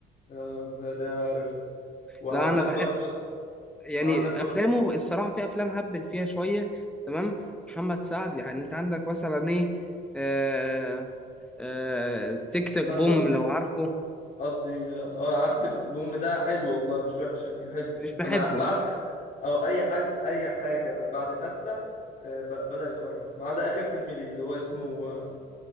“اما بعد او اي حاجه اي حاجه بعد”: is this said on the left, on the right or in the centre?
Left